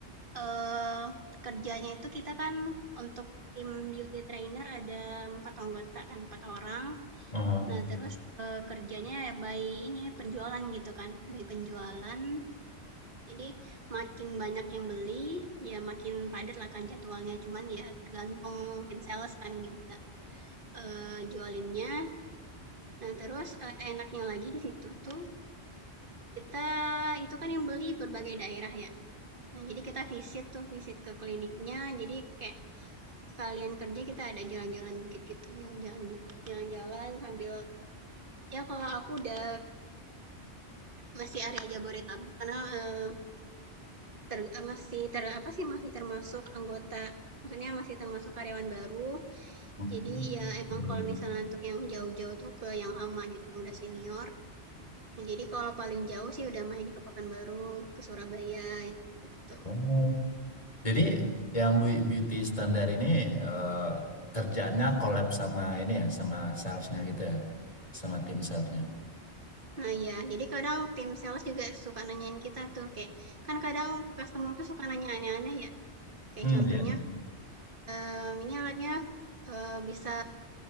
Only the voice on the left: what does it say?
uh-huh.
Hmm.
Iya,
iya.
Oh. Jadi yang bu- beauty standar ini eh, kerjaannya collab sama ini ya, sama salesnya gitu ya, sama tim salesnya.
Hmm,
iya. iya.